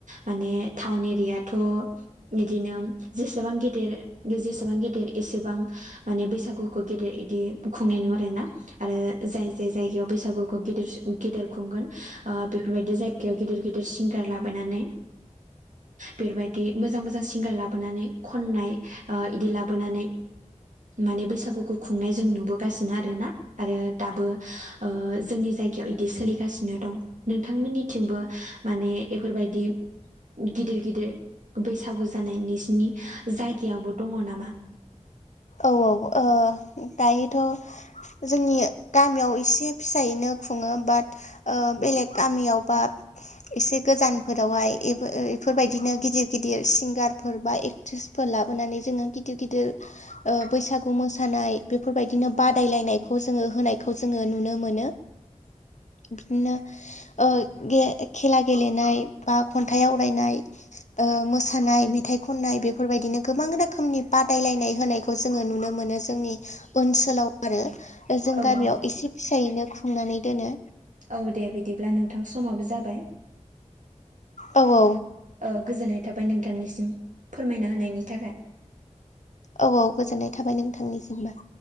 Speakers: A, on the right; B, on the left.
A: माने टाउन एरियाथ' इदिनो जेसेबां गेदेर जेसेबां गेदेर एसेबां माने बैसा सागुखौ गेदेर इदि खुंनाय नुया आरो ना। आरो जाय जाय जायगायाव बैसागुखौ गेदेर सो गेदेर खुंगोन ओ बेफोर बायदि जाय गायाव गिदिर गिदिर सिंगार लाबायनानै बेफोरबायदि मोजां मोजां सिंगार लाबोनानै खननाय ओ इदि लाबोनानै माने बैसागुखौ खुंनाय जों नुबोगासिनो आरो ना। आरो दाबो ओ जोंनि जायगायाव इदि सोलिगासिनो दं। नोंथांमोननिथिंबो माने बेफोरबायदि गिदिर गिदिर बैसागु जानाय निसिनि जायगायावबो दङ नामा?
B: औ औ ओ दायोथ' जोंनि गामियाव एसे फिसायैनो खुङो बाद ओ बेलेग गामियाव बा एसे गोजानफोरावहाय एफो-एफोरबायदिनो गिदिर गिदिर सिंगारफोर बा एक्ट्रिस फोर लाबोनानै जोङो गिदिर गिदिर
A: <inaudible>
B: ओ बैसागु मोसानाय बेफोरबायदिनो बादायलायनायखौ जोङो होनायखौ जोङो नुनो मोनो।
A: <inaudible>
B: बिनिनो ओ गे खेला गेलेनाय बा खन्थाइ आवरायनाय ओ मोसानाय मेथाइ खननाय बेफोरबायदिनो गोबां रोखोमनि बादायलायनाय होनायख खौ जोङो नुनो मोनो जोंनि ओनसोलाव आरो जों
A: औ
B: गामियाव एसे फिसायैनो खुंनानै दोनो।
A: औ दे बिदिब्ला नोंथां समाबो जाबाय।
B: औ औ
A: ओ गोजोननाय थाबाय नोंथांनिसिम फोरमायना होनायनि थाखाय।
B: औ औ गोजोननाय थाबाय नोंथांनिसिमबो।